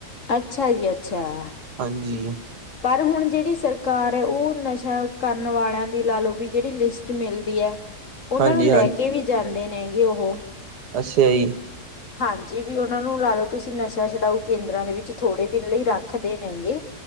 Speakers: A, on the left; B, on the right.
A: ਅੱਛਾ ਜੀ ਅੱਛਾ।
B: ਹਾਂਜੀ
A: ਪਰ ਹੁਣ ਜਿਹੜੀ ਸਰਕਾਰ ਐ, ਉਹ ਨਸ਼ਾ ਕਰਨ ਵਾਲਿਆਂ ਦੀ ਲਾ ਲਓ ਵੀ ਜਿਹੜੀ ਲਿਸ ਟ ਮਿਲਦੀ ਐ, ਉਹਨਾਂ
B: ਹਾਂਜੀ
A: ਨੂੰ ਲੈ
B: ਹਾਂਜੀ
A: ਕੇ ਵੀ ਜਾਂਦੇ ਨੇ ਗੇ ਓਹੋ।
B: ਅੱਛਾਂ ਜੀ।
A: ਹਾਂਜੀ, ਵੀ ਉਹਨਾਂ ਨੂੰ ਲਾ ਲਓ ਤੁਸੀਂ ਨਸ਼ਾ ਛਡਾਓ ਕੇਂਦਰਾਂ ਦੇ ਵਿੱਚ ਥੋੜੇ ਦਿਨ ਲਈ ਰੱਖਦੇ ਨੇਗੇ।